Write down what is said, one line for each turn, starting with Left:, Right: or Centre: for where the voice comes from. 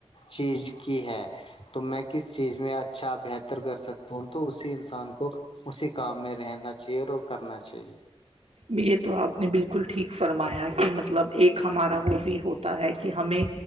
Left: چیز کی ہے تو میں کس چیز میں اچھا بہتر کر سکتا ہوں تو اسی انسان کو اسی کام میں رہنا چاہیے اور کرنا چاہیے
Right: یہ تو آپ نے بالکل ٹھیک فرمایا کہ مطلب ایک ہمارا وہ بھی ہوتا ہے کہ ہمیں